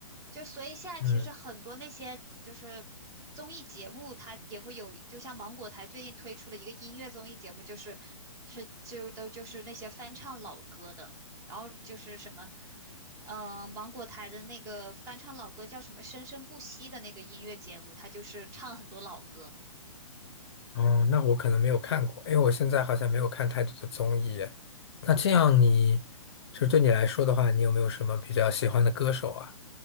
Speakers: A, on the right; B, on the left.
A: 就所以现在其实很多那些就是综艺节目，
B: 嗯，
A: 它也会有，就像芒果台最近推出了一个音乐综艺节目，就是是就都就是那些翻唱老歌的，然后就是什么，呃，芒果台的那个翻唱老歌叫什么《生生不息》的那个音乐节目，它就是唱很多老歌。
B: 哦，那我可能没有看过，因为我现在好像没有看太多的综艺耶那这样你，
A: 嗯
B: 就是对你来说的话，你有没有什么比较喜欢的歌手啊？